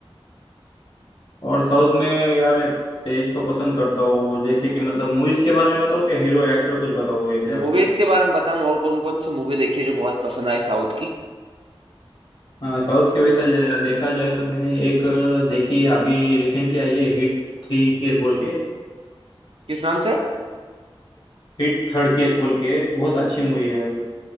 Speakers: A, on the left; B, on the right.
A: और साउथ में यार मैं मैं इसको पसंद करता हूँ जैसे कि मतलब मूवीज के बारे में बताओ क्या हीरो एक्टर कुछ बताओ वैसे आपको
B: मूवीज के बारे में बताऊं और कौन कौन सी मूवी देखी है जो बहुत पसंद आई साउथ की
A: हाँ साउथ के वैसा ज- देखा जाए तो मैंने एक अ, देखी है, अभी रिसेंटली आई है हिट थ्री केस बोल के
B: किस नाम से
A: हिट थर्ड केस बोल के बहुत अच्छी मूवी है यार